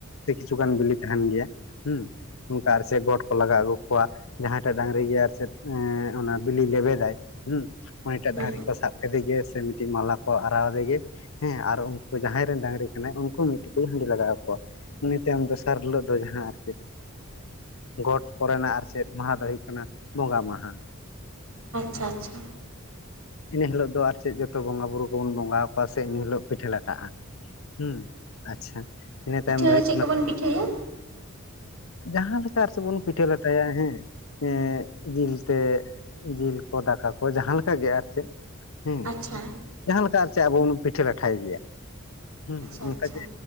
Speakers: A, on the left; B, on the right.
A: ᱥᱮ ᱠᱤᱪᱷᱩᱜᱟᱱ ᱵᱤᱞᱤ ᱛᱟᱦᱮᱸᱱ ᱜᱮᱭᱟ ᱦᱩᱸ, <unintelligible> ᱜᱚᱴ ᱠᱚ ᱞᱟᱜᱟ ᱟᱹᱜᱩ ᱠᱚᱣᱟ᱾ ᱡᱟᱦᱟᱸᱭ ᱴᱟᱜ ᱰᱟᱹᱝᱨᱤ ᱜᱮ ᱟᱨ ᱪᱮᱫ ᱮᱻ ᱚᱱᱟ ᱵᱤᱞᱤᱭ ᱞᱮᱵᱮᱫᱟᱭ᱾ ᱦᱩᱸ ᱩᱱᱤᱴᱟᱜ
B: ᱦᱩᱸ
A: ᱰᱟᱹᱝᱨᱤ ᱠᱚ ᱥᱟᱵ ᱠᱮᱫᱮ ᱜᱮ ᱥᱮ ᱢᱤᱫᱴᱤᱱ ᱢᱟᱞᱟ ᱠᱚ ᱟᱨᱟᱣᱟᱫᱮ ᱜᱮ᱾ ᱦᱮᱸ ᱟᱨ ᱩᱱᱠᱩ ᱡᱟᱦᱟᱸᱭ ᱨᱮᱱ ᱰᱟᱹᱝᱨᱤ ᱠᱟᱱᱟᱭ ᱩᱱᱠᱩ ᱢᱤᱫ ᱴᱩᱠᱩᱡ ᱦᱟᱺᱰᱤ ᱞᱟᱜᱟᱣ ᱟᱠᱚᱣᱟ ᱩᱱᱤ ᱛᱟᱭᱚᱢ ᱫᱚᱥᱟᱨ ᱦᱤᱞᱳᱜ ᱫᱚ ᱡᱟᱦᱟᱸ ᱟᱨ ᱪᱮᱫ ᱜᱚᱴ ᱯᱚᱨᱮᱱᱟᱜ ᱟᱨ ᱪᱮᱫ ᱢᱟᱦᱟ ᱫᱚ ᱦᱩᱭᱩᱜ ᱠᱟᱱᱟ ᱵᱚᱸᱜᱟ ᱢᱟᱦᱟ᱾
B: ᱟᱪᱪᱷᱟ ᱟᱪᱪᱷᱟ
A: ᱤᱱᱟᱹ ᱦᱤᱞᱳᱜ ᱫᱚ ᱟᱨ ᱪᱮᱫ ᱡᱚᱛᱚ ᱵᱚᱸᱜᱟ ᱵᱩᱨᱩ ᱠᱚᱵᱚᱱ ᱵᱚᱸᱜᱟ ᱟᱠᱚᱣᱟ ᱥᱮ ᱮᱱ ᱦᱤᱞᱳᱜ ᱯᱤᱴᱷᱟᱹ ᱞᱟᱴᱟᱜᱼᱟ ᱦᱩᱸ ᱟᱪᱪᱷᱟ ᱤᱱᱟᱹ
B: ᱯᱤᱴᱷᱟᱹ
A: ᱛᱟᱭᱚᱢ ᱫᱚ ᱦᱩᱭᱩᱜ
B: ᱪᱮᱫ
A: ᱠᱟᱱᱟ
B: ᱠᱚᱵᱚᱱ ᱯᱤᱴᱷᱟᱹᱭᱟ
A: ᱡᱟᱦᱟᱸ ᱞᱮᱠᱟ ᱟᱨ ᱥᱮ ᱵᱚᱱ ᱯᱤᱴᱷᱟᱹ ᱞᱟᱴᱟᱭᱟ ᱦᱮᱸ ᱮᱻ ᱡᱤᱞ ᱛᱮᱫ ᱡᱤᱞ ᱠᱚ ᱫᱟᱠᱟ ᱠᱚ ᱡᱟᱦᱟᱸᱞᱮᱠᱟ ᱜᱮ ᱟᱨ ᱪᱮᱫ ᱦᱮᱸ
B: ᱟᱪᱪᱷᱟ
A: ᱡᱟᱦᱟᱸ ᱞᱮᱠᱟ ᱟᱨ ᱪᱮᱫ ᱟᱵᱚ ᱵᱚᱱ ᱯᱤᱴᱷᱟᱹ ᱞᱟᱴᱷᱟᱭ ᱜᱮᱭᱟ ᱦᱩᱸ
B: ᱟᱪᱪᱷᱟ
A: ᱚᱱᱠᱟ
B: ᱟᱪᱪᱷᱟ
A: ᱡᱮ